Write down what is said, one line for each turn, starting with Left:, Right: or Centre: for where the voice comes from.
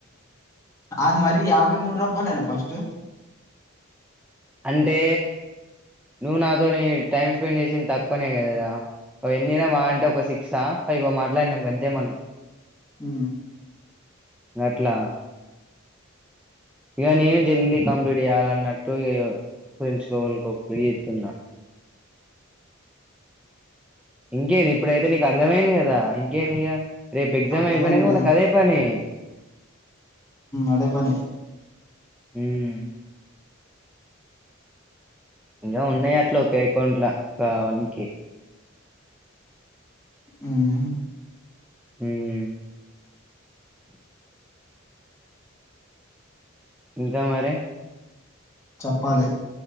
Left: అ మరి యభైమూడు రూపాయలేనా ఫస్ట్
Centre: అంటే నువ్వు నాతోని టైం స్పెండ్ చేసింది తక్కువనే కదరా ఓ ఎన్నిరా మా అంటే ఒక సిక్సా ఫైవ్ మాట్లాడినాం గంతే మనం
Left: హ
Centre: గట్లా ఇక నేను జల్దీ కంప్లీట్ చేయాలి అన్నట్టు ఇక ఫ్రెండ్స్ కి ఎవరికో ఒకరికి చేస్తున్నా ఇంకేంది ఇప్పుడైతే నీకు అర్థమైంది కదా ఇంకేంది ఇక రేపు ఎగ్జామ్
Left: అర్థమైందిలే
Centre: అయిపోయినాక మనకు అదే పని
Left: అదే పని
Centre: ఉమ్ ఇంకా ఉన్నాయి అట్లా ఒక అకౌంట్ల ఒకవన్కె
Left: ఉమ్
Centre: మ్మ్ ఇంకా మరి
Left: చెప్పాలి